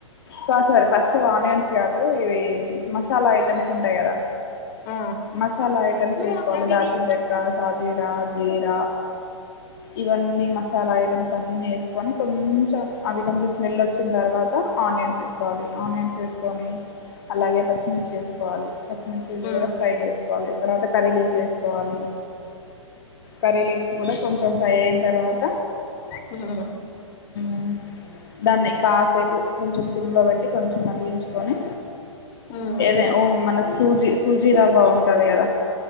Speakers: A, on the left; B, on the left.
A: sorry sorry first onions కాదు ఇవి మసాలా ఐటమ్స్ ఉంటాయి కదా
B: ఆ
A: మసాలా ఐటమ్ చేసుకోవాలి
B: హ్మ్
A: దాల్చిన చెక్క షాజీరా జీర ఇవన్నీ మసాలా ఐటమ్స్ అన్నీ వేసుకొని కొం చెం అవి కొంచెం స్మెల్ వచ్చిన తర్వాత ఆనియన్స్ వేసుకోవాలి ఆనియన్స్ వేసుకొని అలాగే పచ్చిమిర్చి వేసుకోవాలి పచ్చిమిర్చి
B: హ్మ్
A: కూడా ఫ్రై చేసుకోవాలి తర్వాత కర్రీ లీవ్స్ వేసుకోవాలి కర్రీ లీవ్స్ కూడా కొంచెం ఫ్రై అయిన తర్వాత
B: హ్మ్
A: ఉమ్ దాన్ని కాసేపు కొంచెం సిమ్ లో పెట్టి కొంచెం మరిగించుకొని
B: హ్మ్
A: ఏదే ఓ మన సూజీ సూజీ రవ్వ ఉంటది కదా